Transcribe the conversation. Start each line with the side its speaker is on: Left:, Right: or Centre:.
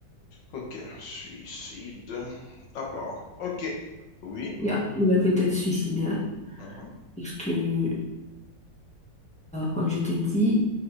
Left: Ok, suicide. À part. Ok, oui.
Centre: Yeah, il est peut-être suicidaire.
Left: Mhm,
Centre: Puisque, euh, comme je te dis,